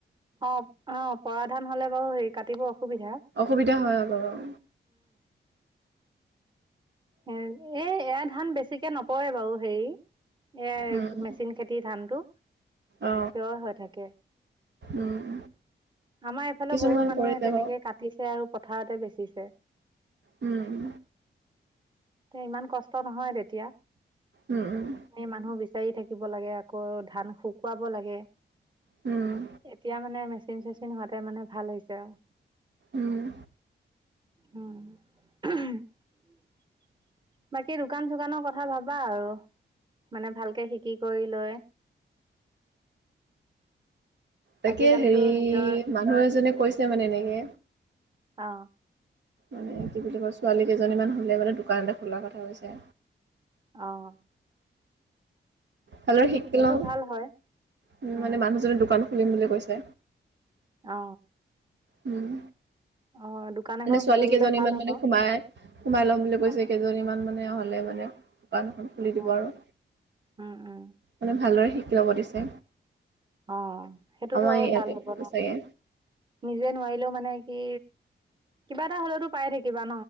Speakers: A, on the right (about 25°); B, on the right (about 65°).
A: অ অ পৰা ধান হলে বাৰু হেৰি কাটিব অসুবিধা
B: অসুবিধা হয় অলপ আও।
A: এ এ এয়া ধান বেছিকে নপৰে বাৰু হেৰি এ
B: উম
A: মেচিন খেতিৰ ধানটো।
B: অ
A: থিয় এ হৈ থাকে।
B: উম
A: আমাৰ এইফালে
B: কিছুমান
A: বহুত মানুহে
B: পৰি যাব
A: তেনেকে কাটিছে আৰু। পথাৰতে বেচিছে।
B: উম।
A: এ ইমান কষ্ট নহয় তেতিয়া।
B: উম উম।
A: এই মানুহ বিচাৰি থাকিব লাগে আকৌ ধান শুকুৱাব লাগে।
B: উম।
A: এতিয়া মানে মেচিন চেচিন হোৱাতে মানে ভাল হৈছে আও।
B: উম
A: উম <unintelligible> বাকী দোকান চোকানৰ কথা ভাবা আৰু মানে ভালকে শিকি কৰি লৈ।
B: তাকে
A: আজিকালিতো
B: হেৰি
A: নিজৰ
B: মানুহ এজনে কৈছে মানে এনেকে,
A: অ
B: মানে কি বুলি কয় ছোৱালী কেইজনীমান হ'লে মানে দোকান এটা খোলাৰ কথা হৈছে।
A: অহ।
B: হ'লেও শিকি লওঁ।
A: ভাল হয়
B: উ
A: উম
B: মানে মানুহজনে দোকান খুলিম বুলি কৈছে।
A: অ
B: উম।
A: অ দোকান এখন
B: মানে ছোৱালী
A: খুলি
B: কেইজনীমান
A: ললে ভাল হ'ব
B: মানে সোমাই সোমাই ল'ম বুলি কৈছে,
A: অ
B: কেইজনীমান মানে হ'লে মানে দোকান এখন খুলি
A: অ
B: দিব আৰু
A: উম উম
B: মানে ভালদৰে শিক। ল'ব দিছে।
A: অ সেইটোতো
B: আমাৰ
A: আৰু
B: ইয়াতে
A: ভাল হ'ব ন।
B: চাগে
A: নিজে নোৱাৰিলেওঁ মানে কি কিবা এটা হ'লেতো পাই থাকিবা।